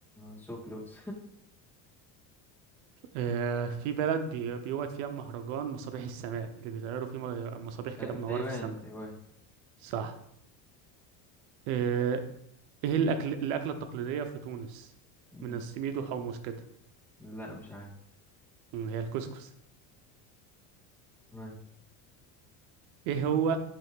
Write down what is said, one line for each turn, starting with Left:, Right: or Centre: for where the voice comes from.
Centre: سو كلوز
Right: آه في بلد بي... بيوجد فيها مهرجان مصابيح السماء اللي بيطيروا فيه م- مصابيح كده
Centre: <laughs>
Right: منورة
Centre: تايوان
Right: في السماء
Centre: تايوان
Right: صح آه ايه الاكل الاكلة التقليدية في تونس
Centre: مم،
Right: من السميد وحمص كده
Centre: لا مش عارف
Right: مم، هي الكسكس
Centre: تمام.
Right: ايه هو